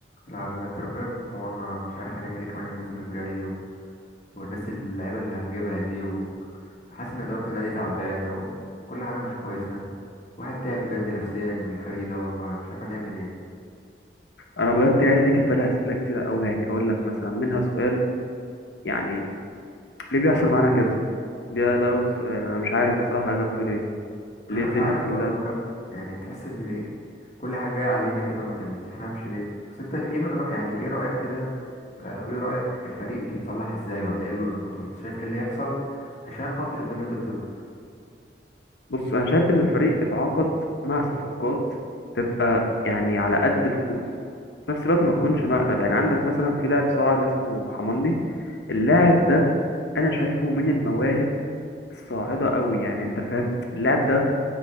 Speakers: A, on the left; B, on the left.
A: لا بجد ربنا يكون في عوننا مش عارف هنعمل ايه كمان الموسم الجاي و... والناس اللعيبة اللي هنجيبها دي وحاسس ان إدارة النادي تعبانة وكل حاجة مش كويسة واحد تعب بجد نفسيا من الفريق ده والله مش عارف هنعمل ايه
B: أنا بجد يعني بيجي في بالي أسئلة كتيرة قوي يعني هقول لك مثلا منها سؤال يعني ليه بيحصل معانا كده ده ده أول سؤال أنا مش عارف بصراحة أجابته ليه ليه
A: انا
B: الدنيا
A: مش عارف
B: كلها
A: برضه جابته يعني تحس ان دي كل حاجة جاية علينا كده ما ما تفهمش ليه بس انت ايه من رأي يعني ايه رأيك كده آه، قولي رأيك الفريق يتصلح ازاي ولا ايه اللي يظبطه انت شايف ايه اللي يحصل عشان خاطر الدنيا تتظبط
B: بص انا شايف ان الفريق يتعاقد مع صفقات تبقى يعني على قد الفلوس في نفس الوقت ما تكونش مقلب يعني عندك مثلا في لاعب صاعد اسمه حماني اللاعب ده انا شايفه من المواهب الصاعده قوي يعني انت فاهم اللاعب ده